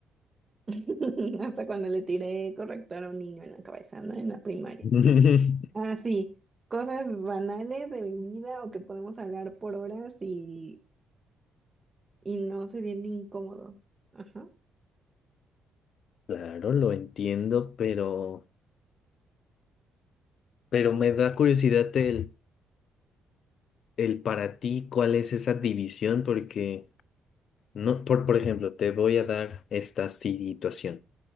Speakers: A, on the right; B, on the left.
A: <laughs> hasta cuando le tiré corrector a un niño en la cabeza, ¿no? En la primaria.
B: <laughs>
A: ah sí cosas banales de mi vida o que podemos hablar por horas y Y no se siente incómodo. Ajá.
B: Claro, lo entiendo, pero, pero me da curiosidad el, el para ti, cuál es esa división, porque no, por, por ejemplo, te voy a dar esta situación.